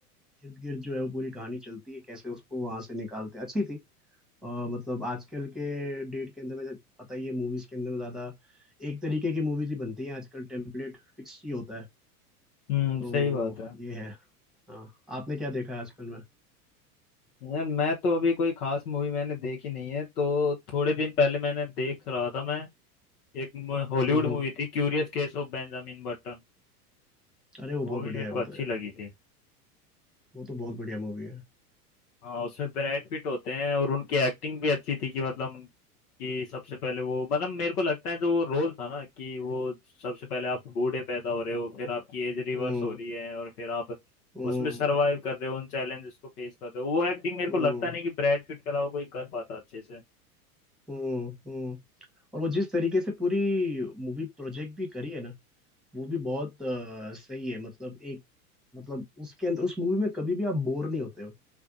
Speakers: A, in the centre; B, on the left.
A: इर्द गिर्द जो है वो पूरी कहानी चलती है कैसे उसको वहां से निकालते हैं अच्छी थी अ, मतलब आजकल के डेट के अंदर में जब पता ही है मूवीज के अंदर में ज्यादा एक तरीके की मूवीज ही बनती हैं आजकल टेम्पलेट फिक्स ही होता है
B: हम्म
A: तो
B: सही बात है
A: ये है हाँ आपने क्या देखा है आजकल में
B: यार मैं तो अभी कोई खास मूवी मैंने देखी नहीं है तो थोड़े दिन पहले मैंने देख रहा था मैं एक हॉलीवुड
A: हम्म हम्म।
B: मूवी थी curious case of Benjamin Button
A: अरे वो बहुत
B: वो भी
A: बढ़िया
B: मेरे
A: है
B: को
A: वो
B: अच्छी
A: तो यार
B: लगी थी
A: वो तो बहुत बढ़िया मूवी है
B: हाँ उसमें ब्रैड पिट होते हैं और उनकी एक्टिंग भी अच्छी थी कि मतलब कि सबसे पहले वो मतलब मेरे को लगता है जो वो रोल था ना कि वो सबसे पहले आप बूढ़े पैदा हो रहे हो फिर आपकी एज रिवर्स
A: हम्म
B: हो रही है और फिर आप
A: हम्म
B: उसमें सरवाइव कर रहे हो उन चैलेंजेस को फेस कर रहे हो वो एक्टिंग मेरे
A: हम्म
B: को लगता नहीं कि ब्रैड पिट के अलावा कोई कर पाता अच्छे से
A: हम्म हम्म। और वो जिस तरीके से पूरी मूवी प्रोजेक्ट भी करी है ना वो भी बहुत अ, सही है मतलब एक मतलब उसके अंदर उस मूवी में कभी भी आप बोर नहीं होते हो